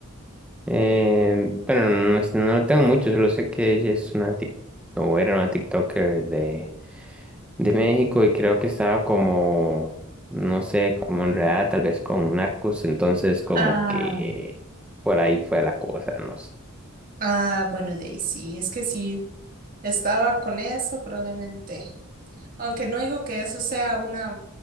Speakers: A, in the centre; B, on the right (about 40°).
A: Eh, bueno, no, es- no tengo mucho, solo sé que ella es una tic- o era una TikToker de, de México y creo que estaba como, no sé, como enredada tal vez con narcos, entonces como
B: Ah,
A: que por ahí fue la cosa, no sé.
B: ah, bueno, de ahí sí, es que sí. Estaba con eso probablemente. Aunque no digo que eso sea una